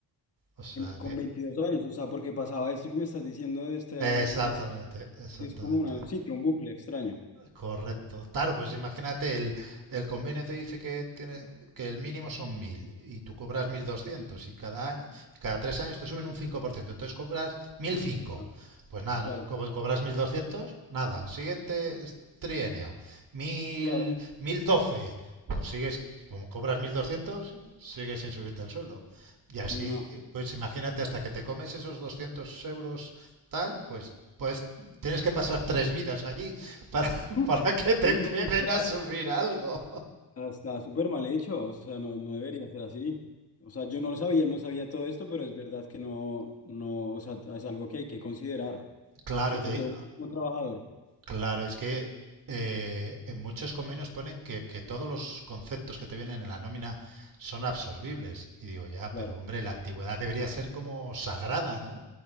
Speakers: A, on the right (about 55°); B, on the left (about 35°).
A: O sea
B: con
A: que...
B: 22 años, o sea, porque pasaba esto que me estás diciendo de este,
A: Exactamente,
B: de este-
A: exactamente.
B: es como una- un ciclo, un bucle extraño.
A: Correcto. Claro, pues imagínate, el, el convenio te dice que tiene, que el mínimo son 1.000 y tú cobras 1.200 y cada año, cada tres años te suben un cinco por ciento entonces cobras mil cinco
B: Está,
A: Pues nada,
B: Claro,
A: no- como cobras mil doscientos nada. Siguiente trienio, mil
B: claro.
A: mil doce pues sigues, como cobras mil doscientos sigues sin subirte el sueldo. Y así,
B: No.
A: pues imagínate, hasta que te comes esos 200 euros tal, pues... Pues tienes que pasar tres vidas allí para,
B: <laughs>
A: para que te
B: No,
A: empiecen
B: literal.
A: a subir algo.
B: Ah, Está súper mal hecho, o sea, no, no debería ser así. O sea, yo no lo sabía, no sabía todo esto, pero es verdad que no, no, o sea, es algo que hay que considerar,
A: Claro,
B: sobre
A: de,
B: todo como trabajador,
A: claro, es que eh, en muchos convenios ponen que, que todos los conceptos que te vienen en la nómina son absorbibles. Y digo, ya,
B: claro.
A: pero hombre, la antigüedad debería ser como sagrada, ¿no?